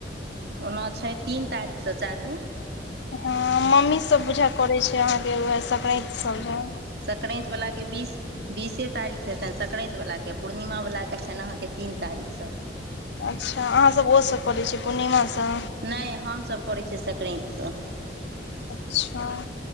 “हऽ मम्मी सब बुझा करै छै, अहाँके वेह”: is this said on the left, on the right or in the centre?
Left